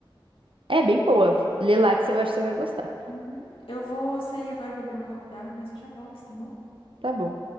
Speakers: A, on the right (about 75°); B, on the left (about 85°).
A: É bem boa. Lê lá que você- eu acho que você vai gostar.
B: Uhum. Eu vou sair agora beber um copo d'água, mas eu já volto, tá bom?
A: Tá bom.